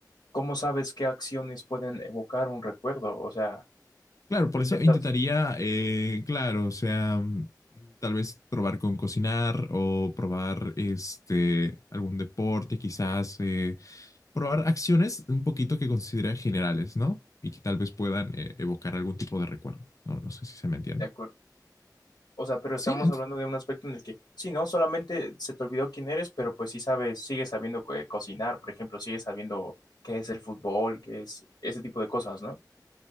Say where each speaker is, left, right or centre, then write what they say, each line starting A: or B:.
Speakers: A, on the left; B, on the left.
A: ¿cómo sabes qué acciones pueden evocar un recuerdo? O sea,
B: Claro, por
A: intentas,
B: eso intentaría, eh, claro, o sea, mm, tal vez probar con cocinar o probar este algún deporte, quizás eh, probar acciones un poquito que considera generales, ¿no? Y que tal vez puedan eh, evocar algún tipo de recuerdo. No, no sé si se me entiende.
A: de acuerdo. O sea, pero estamos
B: Sí, ent-
A: hablando de un aspecto en el que, sí, no, solamente se te olvidó quién eres, pero pues sí sabes, sigues sabiendo co- eh, cocinar, por ejemplo, sigues sabiendo qué es el fútbol, qué es ese tipo de cosas, ¿no?